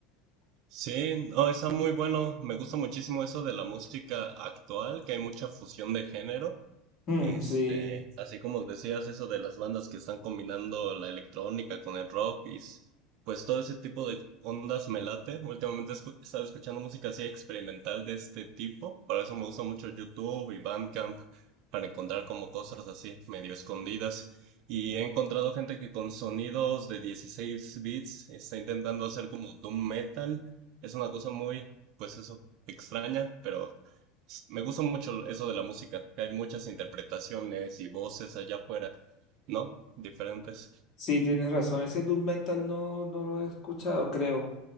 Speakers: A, on the right (about 45°); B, on the left (about 35°).
A: Sí, no, está muy bueno. Me gusta muchísimo eso de la música actual, que hay mucha fusión de género.
B: Mm,
A: Este,
B: sí.
A: así como decías eso de las bandas que están combinando la electrónica con el rock y s- pues todo ese tipo de ondas me late. Últimamente escu- he estado escuchando música así experimental de este tipo. Por eso me gusta mucho YouTube y Bandcamp para encontrar como cosas así medio escondidas. Y he encontrado gente que con sonidos de 16 bits está intentando hacer como doom metal. Es una cosa muy, pues eso, extraña, pero s- me gusta mucho eso de la música, que hay muchas interpretaciones y voces allá afuera, ¿no? Diferentes.
B: Sí, tienes razón. Ese Doom Metal no, no lo he escuchado, creo.